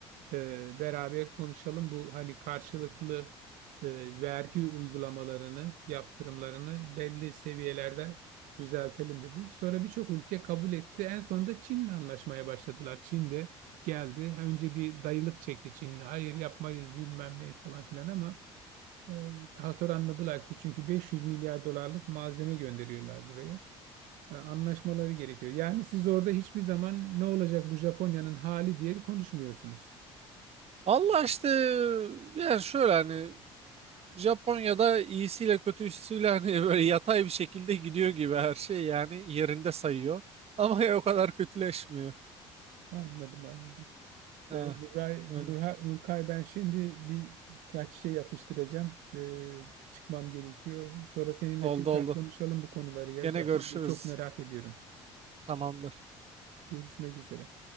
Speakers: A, on the right; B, on the right.
A: e, beraber konuşalım. Bu hani karşılıklı e, vergi uygulamalarını, yaptırımlarını belli seviyelerde düzeltelim dedi. Sonra birçok ülke kabul etti. En sonunda Çin'le anlaşmaya başladılar. Çin de geldi. Ha, Önce bir dayılık çekti Çin. Hayır yapmayız bilmem ne falan filan ama e, daha sonra anladılar ki çünkü 500 milyar dolarlık malzeme gönderiyorlar buraya e, anlaşmaları gerekiyor. Yani siz orada hiçbir zaman ne olacak bu Japonya'nın hali diye konuşmuyorsunuz.
B: Allah işte yani şöyle hani Japonya'da iyisiyle kötüsüyle hani <laughs> böyle yatay bir şekilde gidiyor gibi her şey yani yerinde sayıyor. Ama ya o kadar kötüleşmiyor.
A: Anladım, anladım.
B: Ha,
A: E, Nuray,
B: öyle.
A: Nurha, Nurkay ben şimdi birkaç şey atıştıracağım. E, çıkmam gerekiyor. Sonra seninle
B: Oldu
A: tekrar
B: oldu.
A: konuşalım bu konuları ya.
B: Gene
A: Japonya'yı
B: görüşürüz.
A: çok merak ediyorum.
B: Tamamdır.
A: Görüşmek üzere.